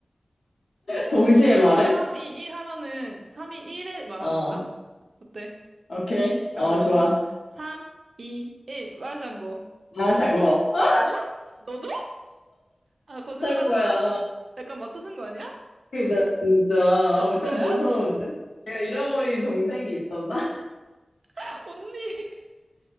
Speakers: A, on the left; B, on the right.
A: 동시에 말해?
B: 어, 3, 2, 1 하면은 3, 2, 1에 말하는
A: 어,
B: 거야? 어때?
A: 오케이. 어,
B: 알았어?
A: 좋아.
B: 3, 2, 1 말하자고.
A: 마라샹궈.
B: 마-
A: 아,
B: 너도? 너도? 아 거짓말하지
A: 샹궈야.
B: 마. 약간 맞춰준 거 아니야?
A: 이다 진짜. 아,
B: 아 진짜야?
A: 좀 무서운데? 내가 잃어버린 동생이 있었나?
B: <laughs> 언니.